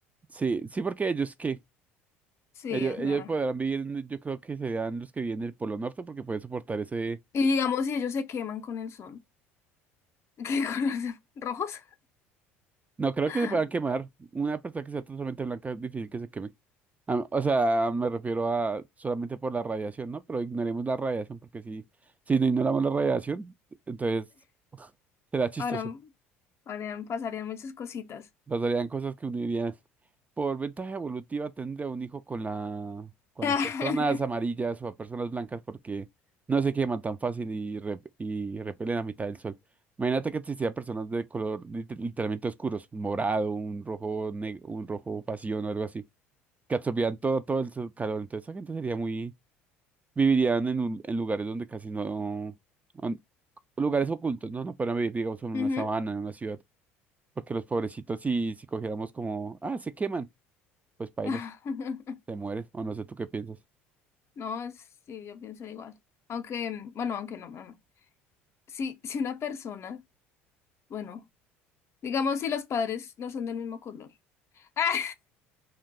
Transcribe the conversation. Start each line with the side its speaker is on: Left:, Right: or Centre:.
Right: Sí, sí, porque ellos qué,
Left: Sí,
Right: ellos,
Left: o
Right: ellos
Left: sea.
Right: podrán vivir, en- yo creo que serían los que viven en el Polo Norte porque pueden soportar ese...
Left: Y digamos, si ellos se queman con el sol. <laughs> ¿Qué colores? ¿Rojos?
Right: No, creo
Left: <laughs>
Right: que se puedan quemar. Una persona que sea totalmente blanca es difícil que se queme. Ah, O sea, me refiero a solamente por la radiación, ¿no? Pero ignoremos la radiación porque si, si no ignoramos la radiación, entonces será chistoso.
Left: Ahora, ahora pasarían muchas cositas.
Right: Pasarían cosas que unirían. Por ventaja evolutiva tendría un hijo con la, con
Left: <laughs>
Right: las personas amarillas o a personas blancas porque no se queman tan fácil y, rep- y repelen a mitad del sol. Imagínate que existieran personas de color lit- literalmente oscuros, un morado, un rojo, neg- un rojo pasión o algo así, que absorbían todo, todo el sol- calor. Entonces esa gente sería muy, vivirían en, un- en lugares donde casi no, on- lugares ocultos, no, no podrían vivir, digamos, en una
Left: Ujú.
Right: sabana, en una ciudad. Porque los pobrecitos, si, si cogiéramos como, ah, se queman, pues pailas,
Left: <laughs>
Right: se mueren, o no sé tú qué piensas.
Left: No, es- sí, yo pienso igual. Aunque, bueno, aunque no, no, no. Si, si una persona, bueno, digamos si los padres no son del mismo color. <laughs> Ah,